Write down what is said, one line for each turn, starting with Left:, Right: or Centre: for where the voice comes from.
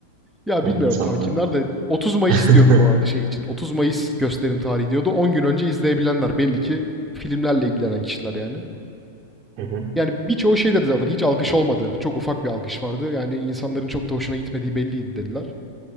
Centre: Ya
Right: o
Centre: bilmiyorum
Right: insanlar.
Centre: tam kimler de 30 Mayıs
Right: <laughs>
Centre: diyordu bu arada şey için. 30 Mayıs gösterim tarihi diyordu. 10 gün önce izleyebilenler belli ki filmlerle ilgilenen kişiler yani.
Right: Hı hı.
Centre: Yani birçoğu şey dedi zaten hiç alkış olmadı. Çok ufak bir alkış vardı. Yani insanların çok da hoşuna gitmediği belliydi dediler.